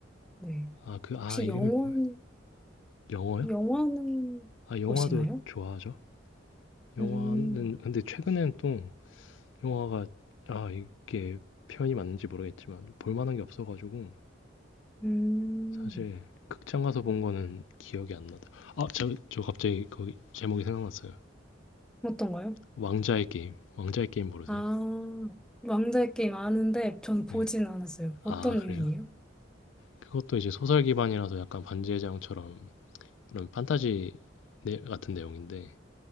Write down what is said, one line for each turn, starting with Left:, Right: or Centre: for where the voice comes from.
Centre: 네.
Left: 아, 그, 아,
Centre: 혹시
Left: 이름이
Centre: 영화는,
Left: 뭐예요? 영화요?
Centre: 영화는
Left: 아, 영화도
Centre: 보시나요?
Left: 좋아하죠. 영화는
Centre: 음,
Left: 근데 최근엔 또 영화가 아, 이게 표현이 맞는지 모르겠지만 볼 만한 게 없어가지고
Centre: 음,
Left: 사실 극장 가서 본 거는 기억이 안 나다. 아, 저, 저 갑자기 거기 제목이 생각났어요.
Centre: 어떤가요?
Left: 왕자의 게임. 왕자의 게임 모르세요?
Centre: 아, 왕좌의 게임 아는데 전 보진
Left: 네.
Centre: 않았어요. 어떤
Left: 아,
Centre: 내용이에요?
Left: 그래요? 그것도 이제 소설 기반이라서 약간 반지의 제왕처럼 이런 판타지 내- 같은 내용인데